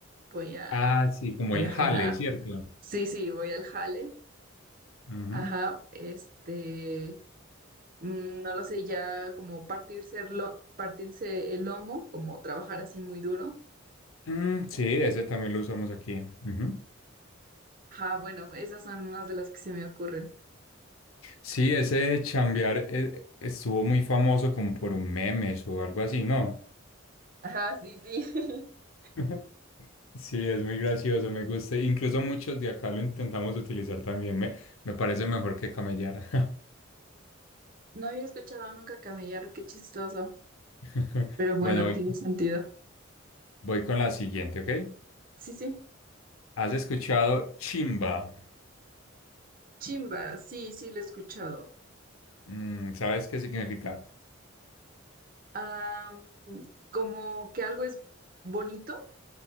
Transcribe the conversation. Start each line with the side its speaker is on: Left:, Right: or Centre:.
Right: Voy a,
Left: Ah, sí, como
Right: voy
Left: el
Right: a
Left: jale,
Right: jalar.
Left: ¿cierto?
Right: Sí, sí, voy al jale.
Left: Ujú.
Right: Ajá, este, mm, no lo sé, ya como partirse el, lo- partirse el lomo, como trabajar así muy duro.
Left: Mm, sí, ese también lo usamos aquí. Ujú.
Right: Ajá, bueno, esas son unas de las que se me ocurren.
Left: Sí, ese chambear eh, estuvo muy famoso como por un memes o algo así, ¿no?
Right: Ajá, sí, sí. <laughs>
Left: <laughs> Sí, es muy gracioso, me gusta. Incluso muchos de acá lo intentamos utilizar también. Me, me parece mejor que camellar.
Right: No había escuchado nunca camellar, qué chistoso.
Left: <laughs>
Right: Pero bueno,
Left: Bueno, voy,
Right: tiene sentido.
Left: voy con la siguiente, ¿ok?
Right: Sí, sí.
Left: ¿Has escuchado chimba?
Right: Chimba, sí, sí, lo he escuchado.
Left: Mm, ¿sabes qué significa?
Right: Ah, mm, como que algo es bonito.